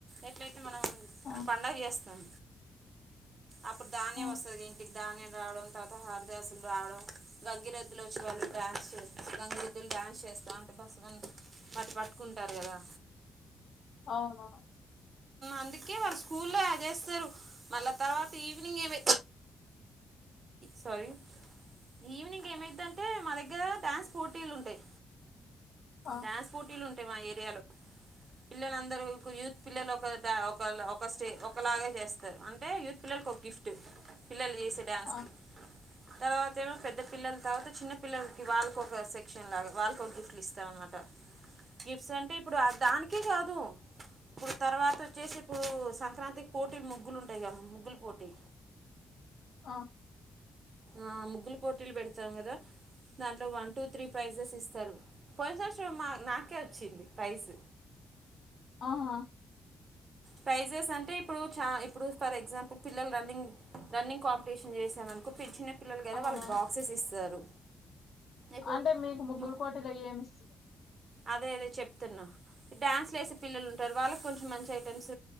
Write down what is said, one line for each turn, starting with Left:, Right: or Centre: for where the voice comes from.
Right: ఎట్ల మనం
Left: ఆ
Right: పండగ జేస్తాం అప్పుడ్ ధాన్యం
Left: ఆ
Right: వస్తది ఇంటికి ధాన్యం రావడం తర్వాత హ దసులు రావడం గంగిరెద్దులు వచ్చి వాళ్ళు డ్యాన్స్ గంగిరెద్దులు డ్యాన్స్ చేస్తా అంటే బస్ వాటి పట్టుకుంటారు గదా
Left: అవున
Right: అందుకే వాల్ స్కూల్లో చేస్తారు మళ్ళా తర్వాత ఈవినింగ్ ఏమ సారీ ఈవినింగ్ ఏమైధీ అంటే మా దగ్గర డాన్స్ పోటీలు ఉంటయి
Left: ఆ
Right: డ్యాన్స్ పోటీలు ఉంటాయి మా ఏరియాలో పిల్లలందరు ఒక యూత్ పిల్లలు ఒక స్టే ఒకలాగా చేస్తారు అంటే యూత్ పిల్లలలకు ఒక గిఫ్ట్ టు పిల్లలు చేసే డ్యాన్స్
Left: ఆ
Right: కి తర్వాత ఏమో పెద్ద పిల్లల్ తర్వాత చిన్న పిల్లలకి వాళ్ళకి ఒక సెక్షన్ లాగా వాళ్ళకి ఒక గిఫ్ట్లు ఇస్తామ అన్నమాట ట గిఫ్ట్స్ అంటే ఇప్పుడు అ దానికే కాదు ఇప్పుడు తర్వాత వచ్చేసి ఇప్పుడు సంక్రాంతికి పోటీలు ముగ్గులు ఉంటాయి గా ముగ్గులు పోటీ
Left: అ
Right: అ ముగ్గులు పోటీలు పెడతాం గదా దాంట్లో వన్ టూ త్రీ ప్రైజెస్ ఇస్తారు పోయిన సంవత్సరం మా నాకే వచ్చింది ప్రైస్
Left: అ హా
Right: ప్రైజెస్ అంటే ఇప్పుడు చా ఇప్పుడు ఫర్ ఎగ్జాంపుల్ పిల్లలు రన్నింగ్ రన్నింగ్ కాంపిటీషన్ చేసామం ఇంకో ప్ చిన్న పిల్లలు గదా
Left: అవునా
Right: వాళ్ళకి బాక్సెస్ ఇస్తారు. ఇప్పుడు
Left: అంటే మీకు ముగ్గులు
Right: ము
Left: పోటీలు ఏమిస్
Right: అదే అదే చెప్తున్నా డ్యాన్స్లు వేసే పిల్లలు ఉంటారు, వాళ్ళకి కొం మంచి ఐటెమ్స్